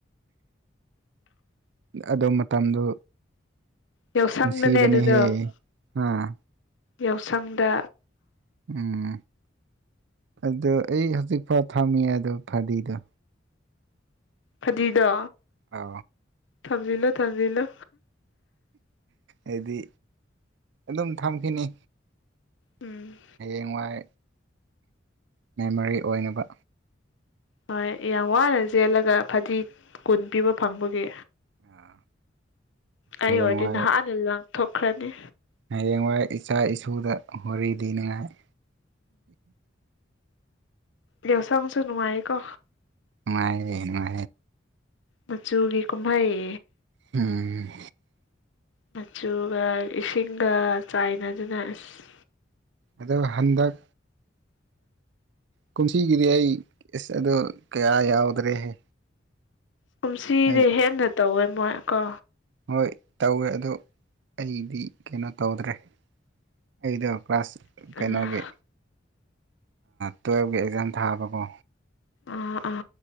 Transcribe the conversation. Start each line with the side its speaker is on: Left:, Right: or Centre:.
Right: ꯑꯗꯨ ꯃꯇꯝꯗꯨ
Left: ꯌꯥꯎꯁꯪꯗꯅꯦ
Right: ꯉꯁꯤꯕꯅꯦꯍꯦ
Left: ꯑꯗꯨꯗꯣ
Right: ꯍꯥꯥ
Left: ꯌꯥꯎꯁꯪꯗ
Right: ꯎꯝ ꯑꯗꯨ ꯑꯩ ꯍꯧꯖꯤꯛꯐꯥꯎ ꯊꯝꯃꯤ ꯑꯗꯣ ꯐꯗꯤꯗꯣ
Left: ꯐꯗꯤꯗꯣ
Right: ꯑ
Left: ꯊꯝꯖ ꯂꯣ ꯊꯝꯖ ꯂꯣ
Right: ꯍꯥꯏꯗꯤ ꯑꯗꯨꯝ ꯊꯝꯈꯤꯅꯤ
Left: ꯎꯝ
Right: ꯍꯌꯦꯡ ꯋꯥꯏ ꯃꯦꯃꯣꯔꯤ ꯑꯣꯏꯅꯕ
Left: ꯍꯣꯏ ꯌꯥꯝ ꯋꯥꯅ ꯆꯦꯜꯂꯒ ꯐꯗꯤ ꯀꯨꯟ ꯄꯤꯕ ꯐꯪꯕꯒꯤ
Right: ꯑꯥ
Left: ꯑꯩ
Right: ꯍꯌꯦꯡꯋꯥꯏ
Left: ꯑꯣꯏꯔꯗꯤ ꯅꯍꯥꯛ ꯑꯅꯤ ꯂꯪ ꯊꯣꯛꯈ꯭ꯔꯅꯤ
Right: ꯍꯌꯦꯡꯋꯥꯏ ꯏꯆꯥ ꯏꯁꯨꯗ ꯍꯣꯔꯤ ꯊꯤꯅꯤꯡꯉꯥꯏ
Left: ꯗꯦꯁꯥꯥꯡꯁꯨꯅꯅꯨꯡꯉꯥꯏ ꯀꯣ
Right: ꯃꯥꯌꯦ ꯃꯥ
Left: ꯃꯆꯨꯒꯤ ꯀꯨꯝꯍꯩ
Right: ꯎꯝ
Left: ꯃꯆꯨꯒ ꯏꯁꯤꯡꯒ ꯆꯥꯏꯅꯗꯨꯅ ꯑꯁ
Right: ꯑ ꯍꯟꯗꯛ ꯀꯨꯝꯁꯤꯒꯤꯗꯤ ꯑꯩ ꯑꯦꯁ ꯑꯣ ꯀꯌꯥ ꯌꯥꯎꯗ꯭ꯔꯦꯍꯦ
Left: ꯀꯨꯝꯁꯤꯗꯤ
Right: ꯑꯩ
Left: ꯍꯦꯟꯅ ꯇꯧꯋꯦ ꯃꯣꯏ ꯀꯣ
Right: ꯍꯣꯏ ꯇꯧꯋꯦ ꯑꯗꯣ ꯑꯩꯗꯤ ꯀꯩꯅꯣ ꯇꯧꯗ꯭ꯔꯦ ꯑꯩꯗꯣ ꯀ꯭ꯂꯥꯁ ꯀꯩꯅꯣꯒꯤ
Left: ꯑꯥ
Right: ꯇꯨꯋꯦꯜꯐꯀꯤ ꯑꯦꯛꯖꯥꯝ ꯊꯥꯕꯀꯣ
Left: ꯑ ꯑꯥ